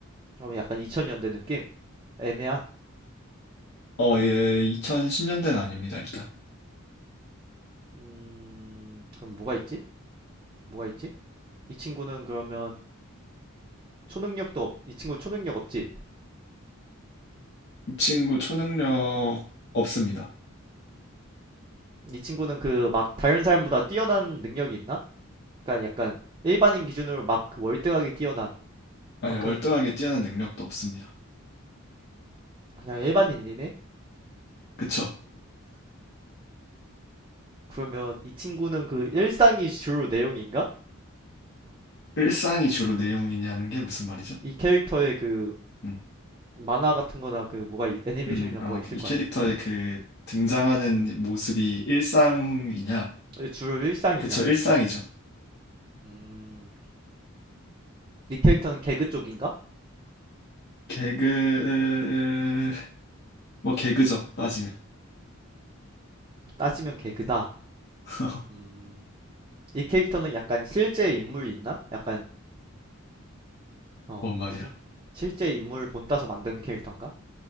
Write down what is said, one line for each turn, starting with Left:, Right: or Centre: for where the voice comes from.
Right: 그러면 약간 2000년대 느낌? 애매한.
Left: 어, 예, 2010년대는 아닙니다, 일단.
Right: 음, 그럼 뭐가 있지? 뭐가 있지? 이 친구는 그러면 초능력도 없, 이 친구 초능력 없지?
Left: 이 친구 초능력 없습니다.
Right: 이 친구는 그 막 다른 사람보다 뛰어난 능력이 있나? 그러니까 약간 일반인 기준으로 막그 월등하게 뛰어난
Left: 아니,
Right: 막
Left: 월등하게
Right: 그런
Left: 뛰어난 능력도 없습니다.
Right: 그냥 일반인이네?
Left: 그쵸?
Right: 그러면 이 친구는 그 일상이 주로 내용인가?
Left: 일상이 주로 내용이냐는 게 무슨 말이죠?
Right: 이 캐릭터의 그
Left: 음.
Right: 만화 같은 거나 그 뭐가 있- 애니메이션이나
Left: 음, 아,
Right: 뭐가 있을
Left: 그 이
Right: 거
Left: 캐릭터의
Right: 아니야?
Left: 그 등장하는 모습이 일상이냐?
Right: 어, 주로 일상이냐고.
Left: 그쵸, 일상이죠.
Right: 어. 음. 이 캐릭터는 개그 쪽인가?
Left: 개그, 뭐 개그죠, 따지면.
Right: 뭐 따지면 개그다.
Left: <laughs>
Right: 음, 이 캐릭터는 약간 실제 인물이 있나? 약간, 어,
Left: 뭔 말이야.
Right: 무슨, 실제 인물 본따서 만든 캐릭터인가?